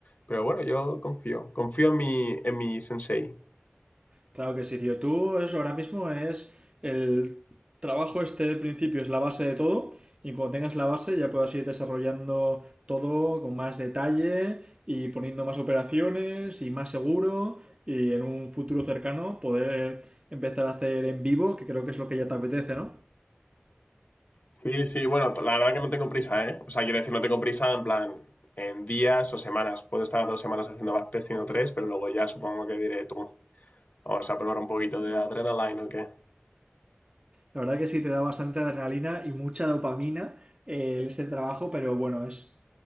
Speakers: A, on the left; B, on the right.
A: pero bueno, yo confío, confío en mi, en mi sensei.
B: Claro que sí, tío. Tú eso ahora mismo es el trabajo este de principio, es la base de todo. Y cuando tengas la base ya puedas ir desarrollando todo con más detalle y poniendo más operaciones y más seguro y en un futuro cercano poder empezar a hacer en vivo, que creo que es lo que ya te apetece, ¿no?
A: Sí, sí, bueno, la verdad que no tengo prisa, ¿eh? O sea, quiero decir, no tengo prisa en plan en días o semanas. Puedo estar dos semanas haciendo backtesting o tres, pero luego ya supongo que diré tú, vamos a probar un poquito de adrenaline o qué.
B: La verdad que sí, te da bastante adrenalina y mucha dopamina eh, este trabajo, pero bueno, es